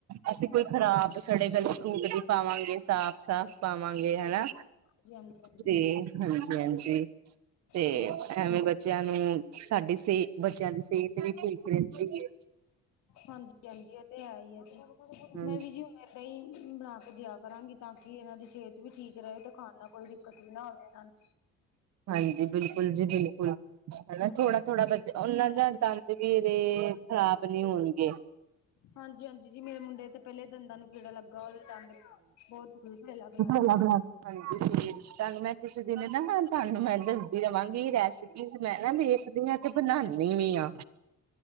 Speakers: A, on the right; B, on the left.
A: ਅਸੀਂ ਕੋਈ ਖਰਾਬ ਸੜੇ-ਗੱਲ ਫ੍ਰੂਟ ਵੀ ਪਾਵਾਂਗੇ ਸਾਫ-ਸਾਫ ਪਾਵਾਂਗੇ ਹਣਾ,
B: ਹਾਂਜੀ ਹਾਂਜੀ
A: ਤੇ ਹਾਂਜੀ-ਹਾਂਜੀ। ਤੇ
B: ਹਾਂਜੀ
A: ਐਵੇਂ ਬੱਚੇਆਂ ਨੂੰ, ਸਾਡੀ ਸੇ ਬੱਚੇਆਂ ਦੀ ਸੇਤ ਵੀ ਠੀਕ ਰੇਂਦੀ ਏ।
B: ਹਾਂਜੀ-ਹਾਂਜੀ ਐ ਤੇ ਹੈ ਈ ਐ ਜੀ,
A: ਹਾਂਜੀ।
B: ਮੈਂ ਵੀ ਜੀ ਐਦਾਂ ਈ, ਬਣਾ ਕੇ ਦੇਆ ਕਰਾਂਗੀ ਤਾਂ ਕਿ ਐਨਾਂ ਦੀ ਸ੍ਹੇਤ ਵੀ ਠੀਕ ਰਏ ਤੇ ਖਾਣ ਨਾਲ ਕੋਈ ਦਿੱਕਤ ਵੀ ਨਾ ਹੋਵੇ ਐਨਾਂ ਨੂੰ।
A: ਹਾਂਜੀ, ਬਿਲਕੁਲ ਜੀ ਬਿਲਕੁਲ। ਹਨਾ
B: ਹਾਂਜੀ
A: ਥੋੜਾ-ਥੋੜਾ ਬੱਚਾ ਓਨਾਂ ਦਾ ਦੰਦ ਵੀ ਏਦੇ ਖ਼ਰਾਬ ਨੀ ਹੋਣਗੇ।
B: ਹਾਂਜੀ-ਹਾਂਜੀ ਜੀ ਮੇਰੇ ਮੁੰਡੇ ਤੇ ਪੇਲੇ ਦੰਦਾਂ ਨੂੰ ਕੀੜਾ ਲੱਗਾ ਓਦੇ ਦੰਦ ਬੋਤ <unintelligible>
A: <unintelligible> ਤਾਹਨੁ ਮੈਂ ਕਿਸੇ ਦਿਨ ਨਾ ਤੁਆਨੂੰ ਮੈਂ ਦੱਸਦੀ ਰਵਾਂਗੀ ਰੈਸ <unintelligible> ਵੇਖਦੀ ਆਂ ਕੀ ਤੂ ਨ੍ਹਾਨੀ ਨੀ ਆ।